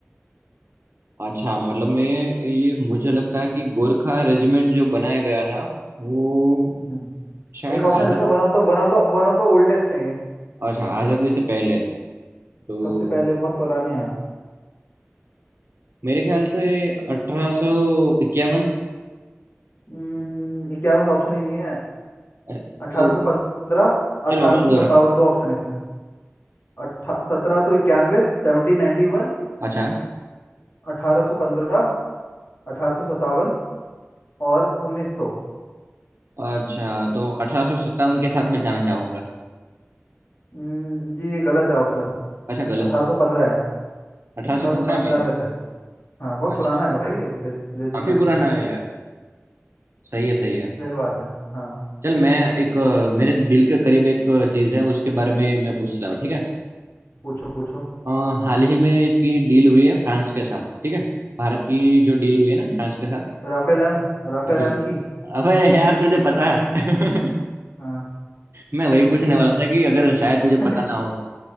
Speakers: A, on the right; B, on the left.
A: अच्छा मतलब मैं ये मुझे लगता है कि गोरखा रेजिमेंट जो बनाया गया था वो
B: हम्म,
A: शायद
B: एक ऑप्शन
A: आजाद
B: दे दो One of the one of the one of the oldest है ये
A: अच्छा आज़ादी से पहले तो
B: सबसे पहले बहुत पुराने हैं
A: मेरे ख्याल से अठारह सौ इक्यावन
B: हम्म, क्या मतलब ऑप्शन ही नहीं है
A: अच्छा
B: 1815
A: तो चलो
B: 1857
A: ऑप्शन दोहरा
B: दो ऑप्शन है इसमें अट्ठा सत्रह सौ इक्यानवे सेवनटीन नाइन्टी वन
A: अच्छा
B: अठारह सौ पंद्रह अठारह सौ सत्तावन और उन्नीस सौ
A: अच्छा तो अठारह सौ सत्तावन के साथ मैं जाना चाहूंगा
B: हम्म, ये गलत है ऑप्शन
A: अच्छा गलत
B: अठारह
A: नहीं
B: सौ पंद्रह है
A: अठारह
B: अठारह
A: सौ पंद्रह
B: सौ पंद्रह
A: में
B: में थे हाँ बहुत
A: अच्छा
B: पुराना है भाई ये रे, रेजिमेंट
A: काफी पुराना है यार सही है सही है
B: सही बात है हाँ
A: चल मैं एक अ, मेरे दिल के करीब एक चीज है उसके बारे में मैं पूछता हूँ ठीक है
B: पूछो पूछो
A: अ, हाल ही में इसकी डील हुई है फ्रांस के साथ ठीक है भारत की जो डील हुई है ना फ्रांस के साथ
B: Rafale M राफेल
A: फिर
B: एम की
A: अबे यार तुझे पता है <laughs>
B: हाँ
A: मैं वही पूछने
B: हाँ
A: वाला था कि अगर शायद तुझे
B: <laughs>
A: पता ना हो